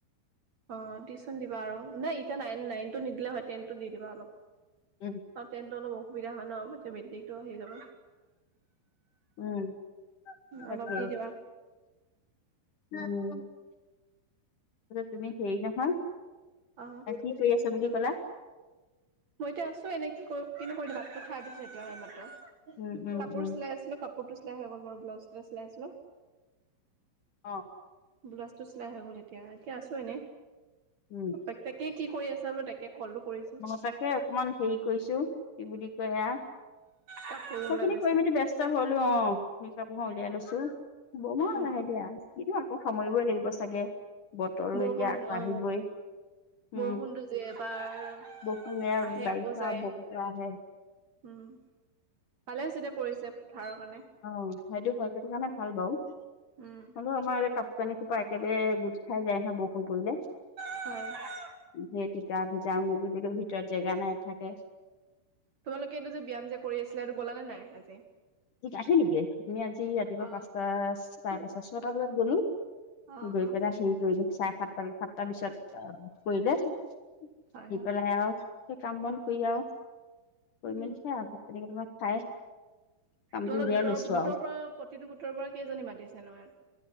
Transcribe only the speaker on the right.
অ টিউশচন দিবা আৰু। নাই এতিয়া নাইন নাইন টো নিদিল' হয়, টেনটো দি দিবা অলপ।
আৰু টেনতো অলপ অসুবিধা হয় ন। <unintelligible> মেড্ৰিকতটো আহি যাব।
অলপ দি দিবা
অ
মই এতিয়া আছো এনে। কি কৰো কি ন কৰি ভাতটো খাই দিছো এতিয়া এইমাত।
কাপোৰ
চিলাই আছিলো কাপ পুৰটো চিলাই হৈ গ'ল বাৰু। ব্লাউচ <unintelligible> চিলাই আছিলোঁ।
ব্লাউজ টো চিলাই হৈ গ'ল এতিয়া। এতিয়া আছো এনে।
তাক তাকে, কি কৰি আছা <unintelligible> তাকে কলটো কৰিছো
কাপোৰ
ওলাই লৈছে
অ
উম
বৰষুণ
অ
বৰষুণটো
যে এবাৰ
আহে
আকৌ যায়
উম। পালে হৈছে দে পৰিছে। পথাৰৰ কাৰণে
উম
হয়।
তোমালোকে এইটো যে ব্যায়াম যে কৰি আছিলা, এইটো গলা নে নাই আজি?
অ
অ
অ'
হয় হয়
তোমালোকে
গোটৰ
গোটৰ
পৰা প্ৰতিটো গোটৰ পৰা কেইজনী মাতিছে নহয়?